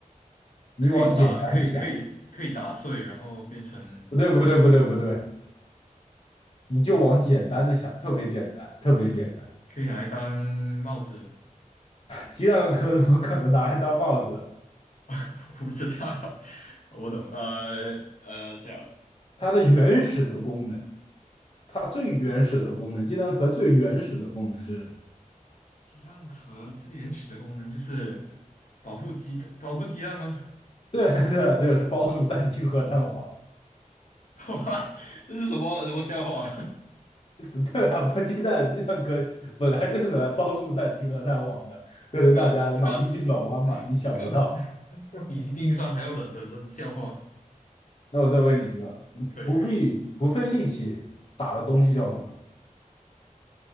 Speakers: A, on the left; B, on the left.
A: 你往简单的想，
B: 可以打可以可以可以打碎，然后变成
A: 不对，不对，不对，不对，你就往简单的想，特别简单，特别简单。
B: 可以拿来当帽子。
A: 鸡蛋壳怎么可能拿来当帽子？
B: <laughs> 我不知道，<laughs> 我不懂。呃呃，这一下
A: 它的原始的功能，它最原始的功能，鸡蛋壳最原始的功能是什么？
B: 鸡蛋壳最原始的功能就是保护鸡的保护鸡蛋吗？
A: 对，<laughs> 对，就是包住蛋清和蛋黄。
B: <laughs> 哇，这是什么什么笑话？
A: 这不对啊！不，鸡蛋鸡蛋壳本来就是来帮助蛋清和蛋黄的，
B: <laughs>
A: 可能大家脑筋急转弯嘛，
B: 这个这个是这
A: 你想不到。
B: 这个 <laughs> 这个比冰山还要冷的冷笑话，
A: 那我再问你一个，嗯不必不费力气打的东西叫什么？
B: 可以可以。